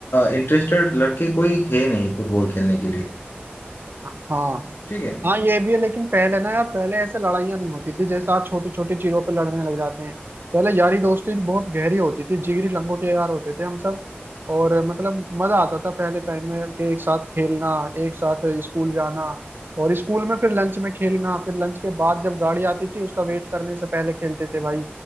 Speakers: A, on the left (about 85°); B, on the right (about 60°).
A: इंटरेस्टेड लड़के कोई है नहीं फुटबॉल खेलने के लिए
B: हाँ
A: ठीक है
B: हाँ ये भी है लेकिन पहले ना यार पहले ऐसे लड़ाइयाँ नहीं होती थी जैसे आज छोटी छोटी चीजों पे लड़ने लग जाते हैं पहले यारी दोस्ती बहुत गहरी होती थी जिगरी लंगोटे यार होते थे हम सब और मतलब मजा आता था पहले टाइम में कि एक साथ खेलना एक साथ स्कूल जाना और स्कूल में फिर लंच में खेलना फिर लंच के बाद जब गाड़ी आती थी उसका वेट करने से पहले खेलते थे भाई